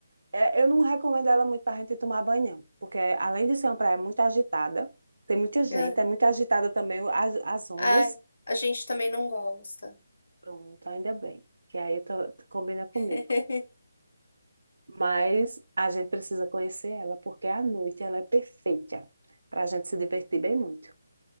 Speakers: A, on the right; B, on the left.
A: é, eu não recomendo ela muito para a gente tomar banho, não, porque além de ser uma praia muito agitada, tem muita gente,
B: Ah,
A: é muito agitada também as, as ondas,
B: Ai, a gente também não gosta.
A: Pronto, ainda bem. Que aí eu tu combina
B: <laughs>
A: comigo. Mas a gente precisa conhecer ela, porque à noite ela é perfeita para a gente se divertir bem muito.